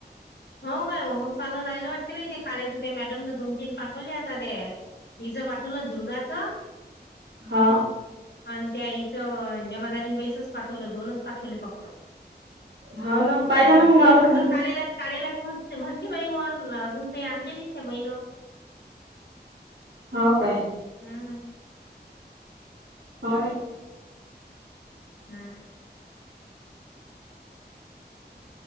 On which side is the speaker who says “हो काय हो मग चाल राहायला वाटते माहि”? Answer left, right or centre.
Left